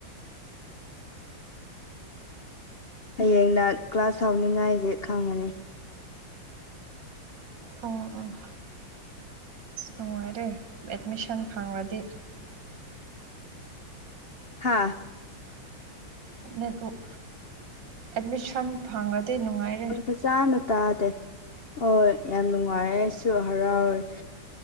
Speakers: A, on the left; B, on the right.
A: ꯍꯌꯦꯡꯅ ꯀ꯭ꯂꯥꯁ ꯍꯧꯅꯤꯡꯉꯥꯏꯒꯤ ꯈꯪꯉꯅꯤ
B: ꯑꯣ ꯑꯣ ꯑꯁ ꯅꯨꯡꯉꯥꯏꯔꯦ ꯑꯦꯠꯃꯤꯁꯟ ꯐꯪꯔꯗꯤ
A: ꯍꯥꯥ
B: ꯅꯦꯠꯋꯥꯛ ꯑꯦꯗꯃꯤꯁꯟ ꯐꯪꯔꯗꯤ ꯅꯨꯡꯉꯥꯏ
A: ꯌꯥꯝ ꯐꯖꯥꯅ ꯇꯥꯗꯦ ꯍꯣꯏ ꯌꯥꯝ ꯅꯨꯡꯉꯥꯏꯑꯦ ꯑꯩꯁꯨ ꯍꯔꯥꯎꯔꯦ